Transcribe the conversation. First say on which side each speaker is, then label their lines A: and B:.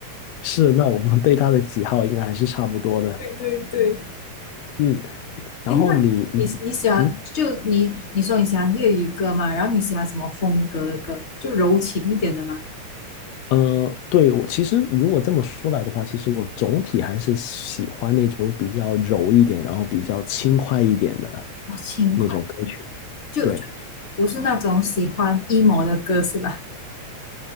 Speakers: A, on the left; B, on the left.
A: 是，那我们对他的喜好应该还是差不多的。
B: <laughs> 对对对。
A: 嗯。然后你，
B: 哎，那你你喜欢就你你说你喜欢粤语歌嘛？
A: 嗯，
B: 然后你喜欢什么风格的歌？就柔情一点的嘛？
A: 呃，对，我其实如果这么说来的话，其实我总体还是喜欢那种比较柔一点，然后比较轻快一点的
B: 哦，轻快，
A: 那种歌曲。
B: 就就
A: 对，
B: 不是那种喜欢 emo 的歌是吧？